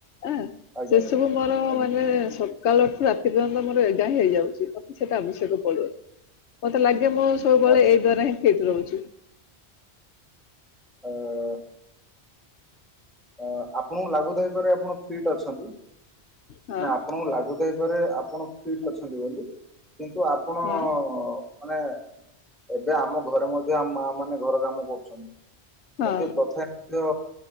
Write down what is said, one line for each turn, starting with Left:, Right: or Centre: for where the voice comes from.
Left: ଆ
Centre: ଆଜ୍ଞା
Left: ସେସବୁ
Centre: ଆଜ୍ଞା
Left: ମୋର
Centre: ଆଜ୍ଞା
Left: ମାନେ ସ କାଲି ଅର୍ଠୁ ରାତି ପର୍ଯ୍ୟନ୍ତ ଆମର ଏଗାଁ ହେଇଯାଉଛି ମତେ ସେଟା ଆଶ୍ୟକ ପଡୁନି। ମତେ ଲାଗେ ମୁଁ ସବୁଳେ
Centre: ଆଚ୍ଛା।
Left: ଏଇ ଦ୍ୱାରା ହିଁ ଫିଟ। ରହୁଛି। <inaudible>
Centre: ହଁ ଅ। ହଁ। ଆପଣଙ୍କୁ ଲାଗୁଥାଇପାରେ ଆପଣ ଫିଟ ଅଛନ୍ତି
Left: ହଁ
Centre: ନା ଆପଣଙ୍କୁ ଲାଗୁଥାଇପାରେ ଆପଣ ଫିଟ ଅଛନ୍ତି ବୋଲି କିନ୍ତୁ ଆପଣ
Left: ହଁ
Centre: ଅ ଅ ମାନେ ଏବେ ଆମ ଘର ମ ଆ ମା ମାନେ ଘର କାମ କରୁଛନ୍ତି।
Left: ହଁ
Centre: କିନ୍ତୁ ତଥାପି ତ